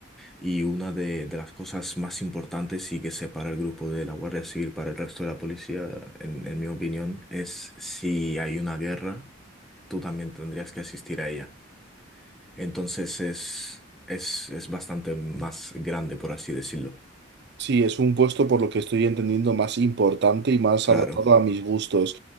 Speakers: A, in the centre; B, on the right.
A: Y una de, de las cosas más importantes y que separa el grupo de la Guardia Civil para el resto de la policía, en, en mi opinión, es si hay una guerra, tú también tendrías que asistir a ella. Entonces es, es, es bastante más grande, por así decirlo.
B: Sí, es un puesto por lo que estoy entendiendo más importante y más
A: Claro.
B: adaptado a mis gustos.